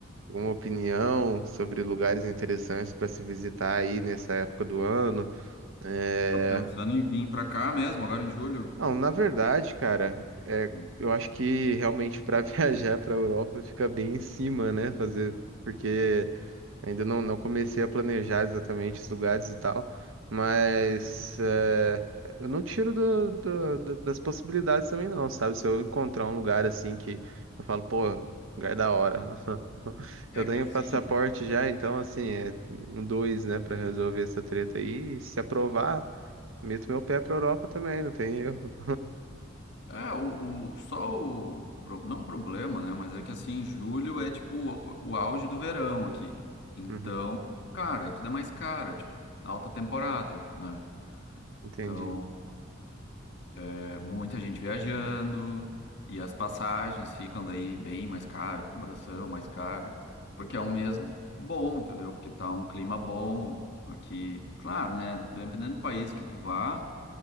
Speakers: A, on the right; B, on the left.
A: alguma opinião sobre lugares interessantes pra se visitar aí nessa época do ano. É,
B: tá pensando em vir pra cá mesmo, agora em julho?
A: Não, na verdade, cara, é,
B: Hum.
A: eu acho que realmente para <laughs> viajar para a Europa fica bem em cima, né? Fazer, porque ainda não, não comecei a planejar exatamente os lugares e tal, mas é, eu não tiro do- do- do- das possibilidades também, não, sabe? Se eu encontrar um lugar assim que eu falo, pô, lugar é da hora. <laughs>
B: É
A: Eu tenho
B: que assim,
A: passaporte já, então assim, é um dois, né, para resolver essa treta aí. E se aprovar, meto meu pé para Europa também, não tem erro.
B: é o, o- só o pro- não problema, né? Mas é que assim, julho é tipo o, o auge do verão aqui. Então,
A: Uhum.
B: cara, e tudo é mais caro, tipo, alta temporada, né?
A: Entendi.
B: Então. É muita gente viajando e as passagens ficam daí bem mais caras, acomodação mais cara, porque é um mês bom, entendeu? Porque tá um clima bom aqui. Claro, né? Dependendo do país que tu vá,